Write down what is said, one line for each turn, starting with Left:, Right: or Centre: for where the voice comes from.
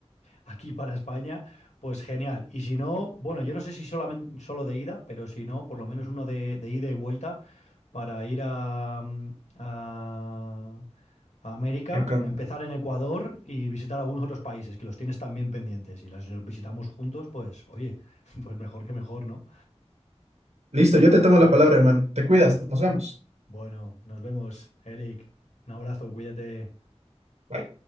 Left: aquí para España, pues genial. Y si no, bueno, yo no sé si solamente solo de ida, pero si no, por lo menos uno de, de ida y vuelta para ir a, mm, a- a América,
Right: Enco-
Left: empezar en Ecuador y visitar algunos otros países que los tienes también pendientes. Y las- los visitamos juntos, pues oye, <laughs> pues mejor que mejor, ¿no?
Right: Listo, yo te tomo la palabra, hermano. Te cuidas, nos vemos.
Left: Bueno, nos vemos, Eric. Un abrazo, cuídate.
Right: Bye.